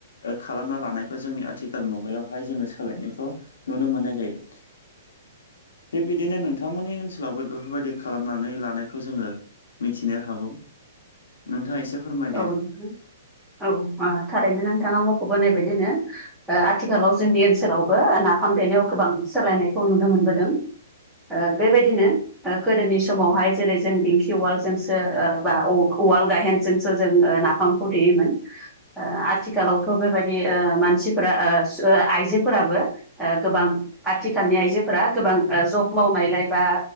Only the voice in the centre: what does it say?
औ नोंथां औ थारैनो नोंथाङा मख'बोनाय बायदिनो ओ आथिखालाव जोंनि ओनसोलावबो नाफाम देनायाव गोबां सोलायनायखौ नुनो मोनबोदों ओ बेबायदिनो गोदोनि समावहाय जेरै ज जों दिंखि उवालजोंसो बा उवाल गायेनजोंसो जों नाफामखौ देयोमोन। ओ आथिखालावथ' बेबायदि ओ मानसिफोरा आइजोफोराबो गोबां आथिखालनि आइजोफोरा गोबां जब मावनायलाय बा